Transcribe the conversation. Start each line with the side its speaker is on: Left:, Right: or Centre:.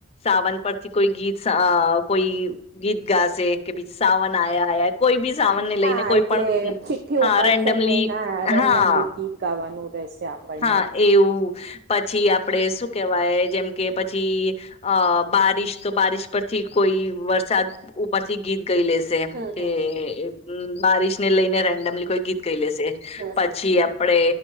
Left: સાવન પરથી કોઈ ગીત શ અ કોઈ ગીત ગાશે કે બીજ સાવન આયા આયા હે. કોઈ બી સાવનને
Right: હા
Left: લઈને કોઈ
Right: એટલે
Left: પણ
Right: ચિઠ્ઠી
Left: હા
Right: ઉપાડશે
Left: રેન્ડમલી
Right: ને એના રેન્ડમલી
Left: હા.
Right: ગીત ગાવાનું રહેશે આપણને.
Left: હા એવું પછી આપડે શું કેવાય જેમ કે પછી અ બારિશ તો બારીશ પરથી કોઈ વરસાદ ઉપરથી ગીત ગઈ લેશે
Right: હમ હમ
Left: કે
Right: હમ
Left: એ હમ્મ બારિશને લઈને રેન્ડમલી કોઈ ગીત ગાઈ લેશે
Right: હમ હમ
Left: પછી આપડે